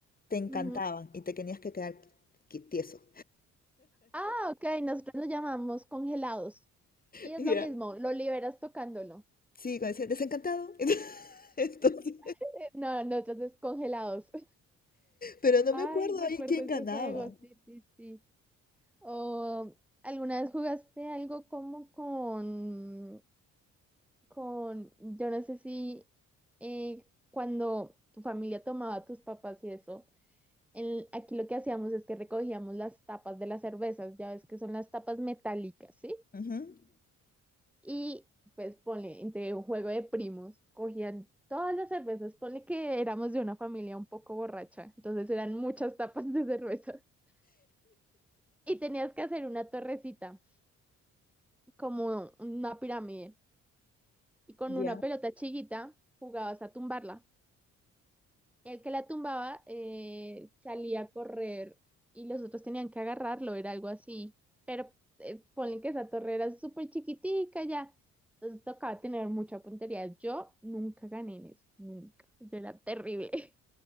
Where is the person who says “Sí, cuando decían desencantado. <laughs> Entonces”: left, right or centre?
Left